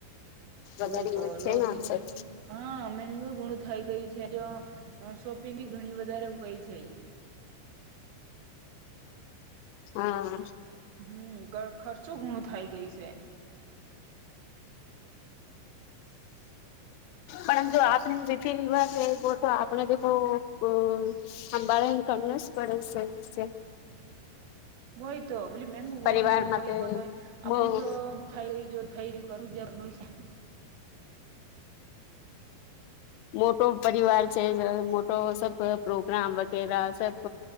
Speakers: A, on the right; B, on the left.
A: હોય
B: વધારી
A: તો
B: છે
A: લોન
B: ને અસર
A: હા મેગું ઘણું થઈ ગયું છે જો શોપિંગ ઘણી વધારે હોય છે.
B: હા.
A: હમ્મ ખર્ચું ઘુણું થાય ગય છે.
B: પણ જો આપડ રીતિ રિવાજ એવો તો આપડે જે ક સંંભાળી ને કરને <unintelligible> છે
A: બય તો બ મેંગુ
B: પરિવાર
A: બનને બ
B: માટે
A: કઈ બ તોય
B: મો
A: આપું તો થાય જો થઈ ગયું <unintelligible> છે
B: મોટો પરિવાર છે મોટો સબ પ્રોગ્રામ વગેરા સબ